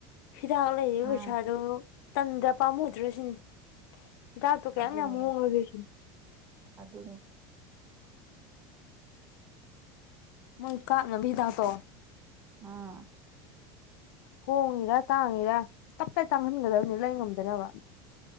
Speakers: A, on the left; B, on the right.
A: ꯁꯤꯤꯗ ꯂꯩ
B: ꯎꯝ
A: ꯍꯩꯁꯥ ꯑꯗꯨꯣ ꯇꯟꯗ ꯄꯥꯝꯃꯨꯗ꯭ꯔꯁꯤꯅꯤ ꯍꯤꯗꯥꯛꯇꯨ ꯀꯌꯥꯝ
B: ꯑꯗꯨꯅꯦ
A: ꯌꯥꯝ ꯃꯨꯣꯡꯡꯂꯒꯣꯏꯁꯤꯅ
B: ꯑꯗꯨꯅꯤ
A: ꯃꯣꯏ ꯀꯥꯞꯅꯕꯤꯤꯗꯇꯣ
B: ꯑꯥ
A: ꯍꯣꯡꯉꯤꯔꯥ ꯇꯥꯡꯉꯤꯔꯥ ꯇꯞ ꯇ ꯇꯥꯡꯍꯟꯒꯗꯕꯅꯤ ꯂꯩ ꯉꯝꯗꯅꯕ